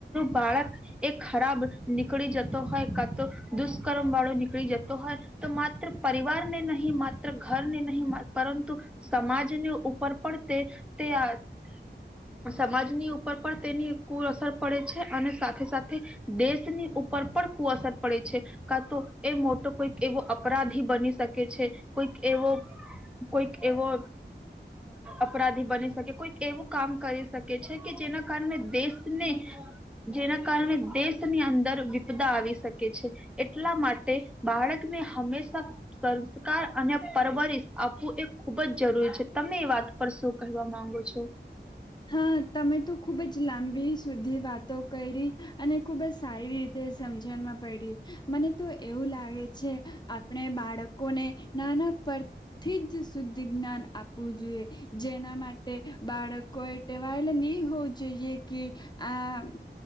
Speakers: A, in the centre; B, on the left.
A: બાળક એ ખરાબ નીકળી જતો હોય કા તો દુષ્કર્મ વાળો નીકળી જતો હોય તો માત્ર પરિવારને નહી માત્ર ઘરને નહીં પરંતુ. સમાજની ઉપર પણ તે તે સમાજની ઉપર પણ તેની કુઅસર પડે છે અને સાથે સાથે દેશની ઉપર પણ કુ અસર પડે છે કા તો એ મોટો કોઈક એવો અપરાધી બની શકે છે કોઈક એવો કોઈક. એવો અપરાધી બની શકે કોઈક એવું કામ કરી શકે છે કે જેના કારણે દેશને જેના કારણે દેશની અંદર વિપદા આવી શકે છે એટલા માટે બાળકને હંમેશા સંસ્કાર અને પરવરિશ આપવું એ. ખુબ જ જરૂરી છે તમે એ વાત પર શું કહેવા માંગો છો.
B: હા તમે તો ખુબ જ લાંબી સુધી વાતો કરી અને ખૂબ જ સારી રીતે સમજણમાં પડી મને તો એવું લાગે છે આપણે બાળકોને નાના પરથી જ શુદ્ધ જ્ઞાન આપવું જોઈએ જેના માટે બાળક. કોઈ ટેવાયેલ નહી હોવું જોઈએ કે આ